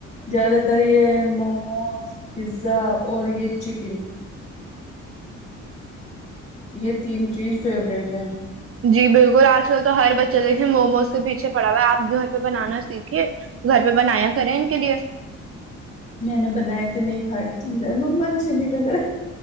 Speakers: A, on the left; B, on the right.
A: زیادہ تر یہ موموز پیزا اور یہ چکن یہ تین چیز فیوریٹ ہے
B: جی بالکل آج کل تو ہر بچے دیکھے موموز کے پیچھے پڑا ہوا ہے آپ گھر پہ بنانا سیکھ گھر پہ بنایا کریں ان کے لیے
A: میں نے بنائے تو نہیں کھائے ما سری نگر